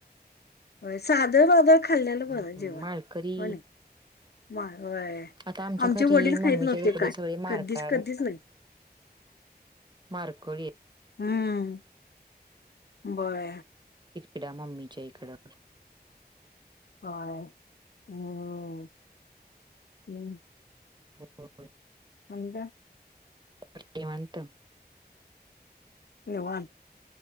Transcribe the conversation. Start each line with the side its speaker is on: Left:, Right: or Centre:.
Left: होय सादर वादळ खाल्लेलं बर
Right: नाही
Left: जेवण
Right: माळकरी
Left: होणे. म व
Right: आता आमच्या
Left: आमचे
Right: घरी
Left: वडील खाहीत
Right: मम्मीच्या
Left: नव्हते
Right: तिकडं
Left: काय
Right: सगळे मारका
Left: कधीच कधीच नाही.
Right: मारकोळी
Left: हम्म बरं.
Right: एडा मम्मीच्या इकड.
Left: ह हम्म. हम्म.
Right: हो.
Left: म्हज
Right: श्रीमंत
Left: नि वान